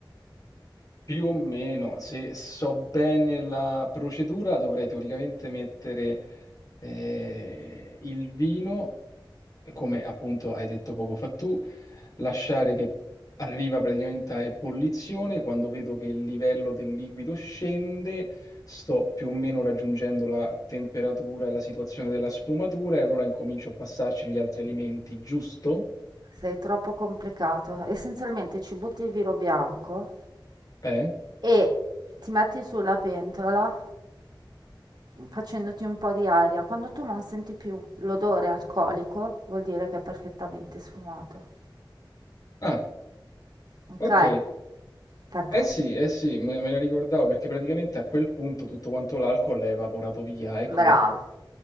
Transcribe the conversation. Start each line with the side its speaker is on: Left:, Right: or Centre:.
Left: Più o meno, se so bene la procedura, dovrei teoricamente mettere eh, il vino come appunto hai detto poco fa tu, lasciare che arriva praticamente a ebollizione, quando vedo che il livello del liquido scende, sto più o meno raggiungendo la temperatura e la situazione della sfumatura e allora incomincio a passarci gli altri alimenti, giusto?
Right: Sei troppo complicato. Essenzialmente ci butti il vino bianco
Left: Eh?
Right: e ti metti sulla pentola facendoti un po' di aria. Quando tu non senti più l'odore alcolico, vuol dire che è perfettamente sfumato.
Left: Ah,
Right: Ok?
Left: ok.
Right: Fantastico.
Left: Eh sì, eh sì, me, me la ricordavo perché praticamente a quel punto tutto quanto l'alcol è evaporato via, ecco
Right: Bravo.
Left: perché.